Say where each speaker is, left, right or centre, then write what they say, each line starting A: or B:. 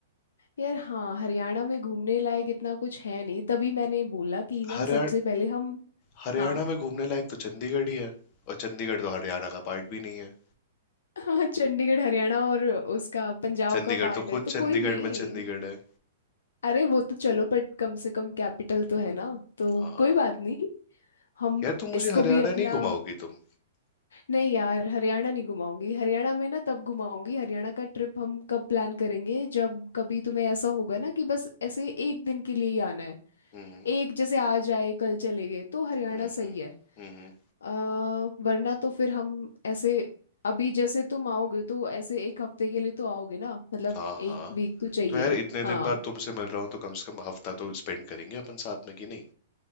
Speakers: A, on the left (about 85°); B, on the left (about 40°).
A: यार हाँ हरियाणा में घूमने लायक इतना कुछ है नहीं तभी मैंने बोला कि ना
B: हरियाणा
A: सबसे पहले हम
B: हरियाणा
A: हाँ
B: में घूमने लायक तो चंडीगढ़ ही है और चंडीगढ़ तो हरियाणा का पार्ट भी नहीं है
A: <laughs> चंडीगढ़ हरियाणा और उसका पंजाब
B: चंडीगढ़
A: का पार्ट
B: तो खुद
A: है तो
B: चंडीगढ़
A: कोई नहीं
B: में चंडीगढ़ है
A: अरे वो तो चलो बट कम से कम कैपिटल तो है ना तो
B: हाँ
A: कोई बात नहीं हम
B: यार तुम मुझे
A: इसको
B: हरियाणा
A: भी अपना
B: नहीं घुमाओगी तुम
A: नहीं यार हरियाणा नहीं घुमाऊंगी हरियाणा में ना तब घुमाऊंगी हरियाणा का ट्रिप हम कब प्लान करेंगे जब कभी तुम्हें ऐसा होगा ना कि बस ऐसे एक दिन के लिए ही आना है
B: हम्म
A: एक जैसे आज आए कल चले गए तो हरियाणा
B: हम्म
A: सही
B: हम्म
A: है
B: हम्म।
A: अ, वरना तो फिर हम ऐसे अभी जैसे तुम आओगे तो ऐसे एक हफ्ते के लिए तो आओगे ना मतलब
B: हाँ
A: एक
B: हाँ
A: वीक तो चाहिए
B: तो यार इतने
A: हाँ
B: दिन बाद तुमसे मिल रहा हूँ तो कम से कम हफ्ता तो स्पेंड करेंगे अपन साथ में कि नहीं